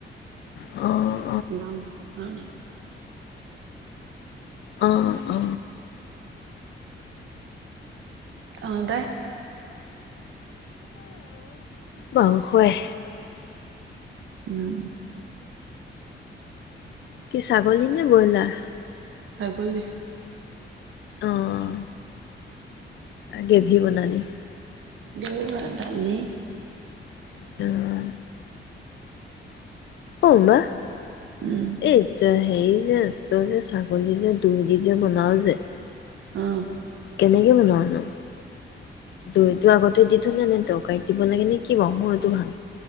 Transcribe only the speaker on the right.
ন ন <unintelligible>
অঁ, দে।
উম।
ছাগলী।
দেইলি ভাত দালি।
উম,
অহ',